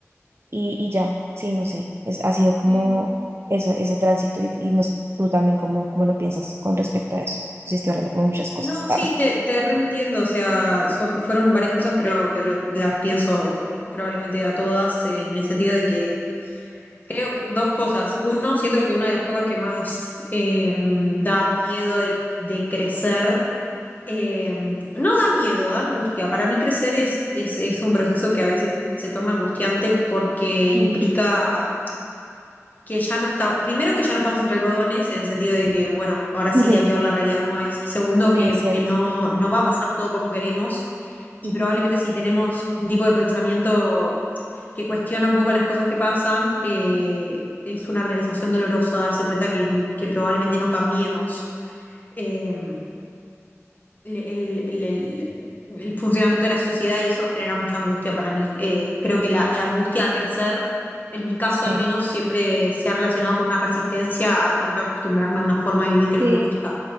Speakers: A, on the right (about 55°); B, on the left (about 35°).
A: y, y ya, sí, no sé, es, ha sido como
B: Sí.
A: eso, ese tránsito y, y nos, tú también cómo, cómo lo piensas con respecto a eso. Sí, estoy hablando como muchas cosas.
B: No,
A: Ah.
B: sí, te, te reentiendo, o sea, son, fueron varias cosas, pero, pero las pienso probablemente a todas, eh, en el sentido de que Creo que dos cosas. Uno, siento que una de las cosas que más eh, da miedo de, de crecer, eh, no da miedo, da angustia. Para mí crecer es, es, es un proceso que a veces se torna angustiante porque
A: Ujú.
B: implica que ya no está, primero que ya no estamos entre algodones, en el sentido de que, bueno, ahora
A: <laughs>
B: sí hay que ver la realidad como es. Y segundo,
A: Sí,
B: que,
A: es cierto.
B: que no, no va a pasar todo como queremos. Y
A: Ujú.
B: probablemente si tenemos un tipo de pensamiento que cuestiona un poco las cosas que pasan, eh, es una realización dolorosa darse cuenta que, que probablemente no cambiemos eh, el, el- el- el- el funcionamiento de la sociedad y eso genera mucha angustia para mí. Eh, creo que la, la angustia a crecer, en mi caso
A: Sí,
B: al menos, siempre se ha relacionado con una resistencia a tener que acostumbrarme a una forma de vivir que
A: sí,
B: no me gusta.